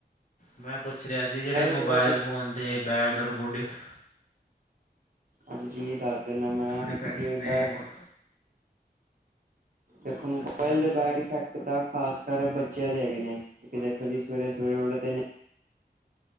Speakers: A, on the left; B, on the right.
A: ਮੈਂ ਪੁੱਛ ਰਿਆ ਸੀ ਜੇੜੇ
B: ਦੇ
A: ਮੋਬਾਇਲ
B: ਤਾਂ
A: ਫ਼ੋਨ ਦੇ ਬੈਡ ਔਰ ਗੁੱਡ ਇਫ਼
B: ਹਾਂਜੀ, ਦਸ ਦਿਨਾ ਮੈਂ
A: ਗੁੱਡ ਇਫੈਕਟਸ
B: ਜਿਵੇਂ
A: ਨੇ
B: ਬੈਡ
A: ਉਹ
B: ਦੇਖੋ ਮੋਬਾਇਲ
A: ਦੱਸੋ ਜੀ ਦੱਸੋ
B: ਦੇ ਬੈਡ ਇਫੈਕਟ ਤਾ ਖਾਸ ਕਰ ਬੱਚਿਆਂ ਦੇ ਹੈਗੇ ਨੇ, ਕਿ ਦੇਖੋ ਜੀ ਸਵੇਰੇ, ਸਵੇਰੇ ਉਠਦੇ ਨੇ